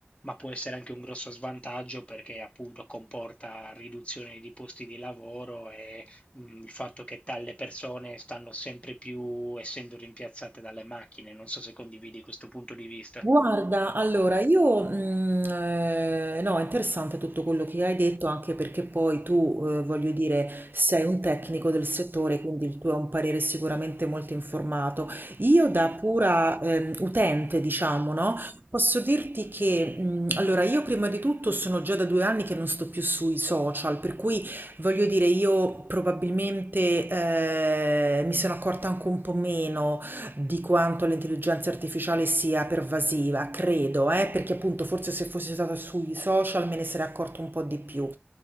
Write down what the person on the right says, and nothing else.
Guarda, allora io, mhmm, ehm, no, è interessante tutto quello che hai detto, anche perché poi tu, ehm, voglio dire, sei un tecnico del settore, quindi il tuo è un parere sicuramente molto informato. Io da pura, ehm, utente, diciamo, no, posso dirti che, mhmm, allora io prima di tutto sono già da 2 anni che non sto più sui social, per cui voglio dire io probabilmente, ehm, mi sono accorta anche un po' meno di quanto l'intelligenza artificiale sia pervasiva, credo, eh, perché appunto forse se fosse stata sui social me ne sarei accorto un po' di più.